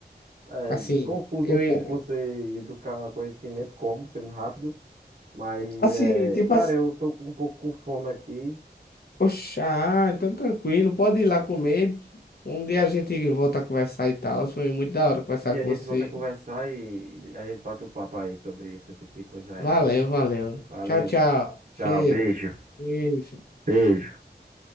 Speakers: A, on the right; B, on the left.
A: É
B: Assim,
A: confuso
B: eu
A: um pouco
B: ia
A: você ir buscar conhecimento como, sendo rápido. Mas,
B: assim,
A: é,
B: tipo
A: cara,
B: assim,
A: eu tô com um pouco com fome aqui.
B: poxa, ah, então tranquilo, pode ir lá comer. Um dia a gente volta a conversar e tal. Foi muito da hora conversar
A: E
B: com
A: a gente
B: você.
A: volta a conversar e a gente bate o papo aí sobre esse tipo de coisa aí.
B: Valeu,
A: viu?
B: valeu.
A: Valeu.
B: Tchau, tchau. Cheiro.
A: Tchau, beijo.
B: Beijo.
A: Beijo.